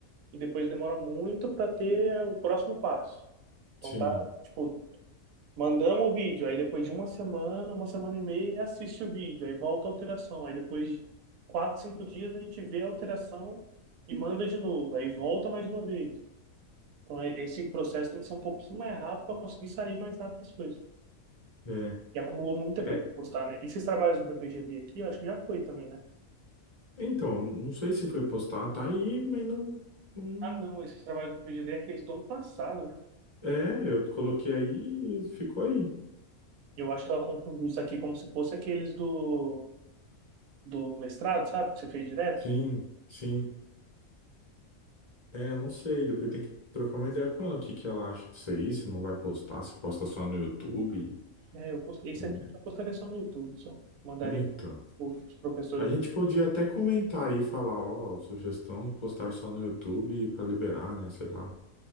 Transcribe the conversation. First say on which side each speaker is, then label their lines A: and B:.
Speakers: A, on the right; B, on the left.
A: e depois demora muito para ter o próximo passo. Então,
B: Sim,
A: tá, tipo, Mandamos o vídeo, aí depois de uma semana, uma semana e meia, ele assiste o vídeo, aí volta a alteração. Aí depois de quatro, cinco dias a gente vê a alteração e manda de novo, aí volta mais uma vez. Então é- esse processo tem que ser um pouquinho mais rápido para conseguir sair mais rápido as coisas.
B: é.
A: E acumulou muita
B: É,
A: coisa para postar, né? Esses trabalhos do PPGD aqui, eu acho que já foi também, né?
B: então, não sei se foi postado, tá aí, mas não, não...
A: Ah, não, esses trabalhos do PPGD é aqueles do ano passado, né?
B: É, eu coloquei aí e ficou aí.
A: Eu acho que ela confundiu isso aqui como se fosse aqueles do, do mestrado, sabe? Que você fez direto.
B: Sim, sim. É, eu não sei, depois tem que trocar uma ideia com ela, o que que ela acha disso aí, se não vai postar, se posta só no YouTube.
A: É, eu postei isso
B: Hum,
A: aqui, eu postaria só no YouTube, só mandaria
B: É, então.
A: os professores.
B: A gente podia até comentar aí, falar, ó, sugestão de postar só no YouTube pra liberar, né, sei lá.